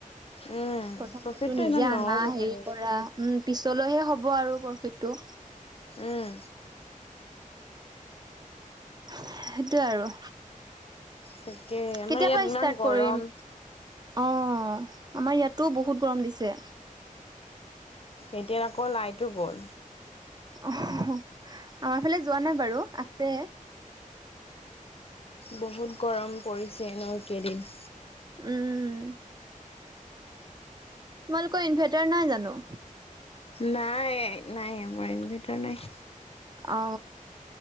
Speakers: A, on the left (about 45°); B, on the right (about 30°).
A: উম
B: প্ৰথমতে
A: প্ৰফিটটো
B: তো নিজে
A: ইমান
B: আনা
A: নহ'ব
B: হেৰি
A: বাৰু
B: কৰা উম পিছলৈহে হ'ব। হব আৰু প্ৰফিটটো
A: উম
B: সেইটো আৰু
A: তাকে আমাৰ
B: কেতিয়া
A: ইয়াত
B: পৰা
A: ইমান
B: ষ্টাৰ্ট
A: গৰম
B: কৰিম অ আমাৰ ইয়াতো বহুত গৰম দিছে।
A: এতিয়া আকৌ লাইটো গ'ল।
B: অ আমাৰ ফালে যোৱা নাই বাৰু আছে।
A: বহুত গৰম পৰিছে ন একেইদিন।
B: উম তোমালোকৰ ইনভাৰ্টাৰ নাই জানো
A: নাই নাই আমাৰ ইনভেটাৰ নাই।
B: অ